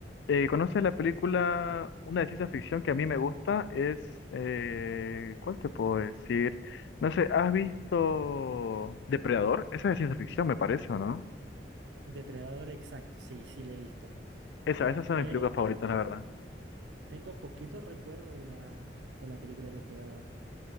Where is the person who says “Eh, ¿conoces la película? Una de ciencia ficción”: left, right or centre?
Left